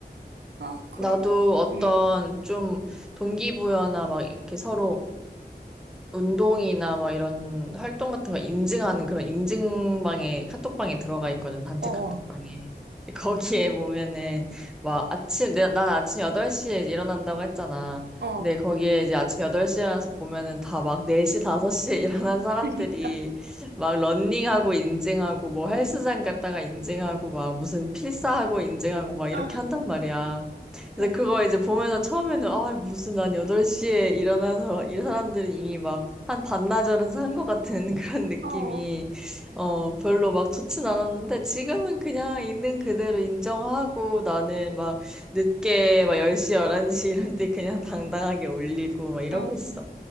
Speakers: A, on the right; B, in the centre.
A: 아, 그럼,
B: 나도 어떤
A: 응,
B: 좀 동기부여나 막 이렇게 서로 운동이나 막 이런 활동 같은 거 인증하는 그런 인증방에 카톡방에 들어가 있거든 단체
A: 어어,
B: 카톡방에 거기에 보면은 막 아침 내가 난 아침 8시에 일어난다고 했잖아
A: 어.
B: 근데 거기에 이제 아침 8시에 일어나서 보면은 다 막 4시 5시에 <laughs> 일어난 사람들이
A: 그러니까.
B: 막 런닝하고 인증하고 뭐 헬스장 갔다가 인증하고 막 무슨 필사하고 인증하고 막 이렇게
A: 아,
B: 한단 말이야
A: 좀
B: 근데 그거 이제 보면서 처음에는 아 무슨 난 8시에 일어나서 <laughs> 이 사람들은 이미 막 한 반나절은 산 것 같은 <laughs> 그런 느낌이
A: 어,
B: 어 별로 막 좋진 않았는데 지금은 그냥 있는 그대로 인정하고 나는 막 늦게 막 10시, 11시 이런 때 그냥 <laughs> 당당하게 올리고 막 이러고
A: 음,
B: 있어.